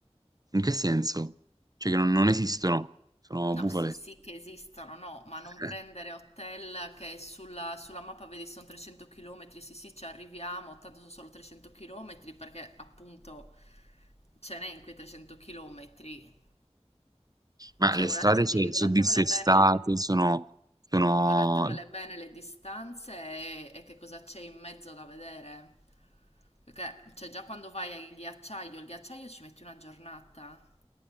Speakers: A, on the right; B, on the left.
A: In che senso? Cioè che non, non esistono, sono
B: No,
A: bufale.
B: sì, sì che esistono, no,
A: <laughs>
B: ma non prendere hotel che sulla, sulla mappa vedi sono 300 km, sì, sì, ci arriviamo, tanto sono solo 300 km, perché appunto ce n'è in quei 300 km.
A: Ma
B: Cioè,
A: le
B: guardateveli,
A: strade cioè, sono
B: guardatevele
A: dissestate,
B: bene le... di-
A: sono... sono...
B: Guardatevele bene le distanze e, e che cosa c'è in mezzo da vedere. Perché cioè, già quando vai al ghiacciaio, il ghiacciaio ci metti una giornata.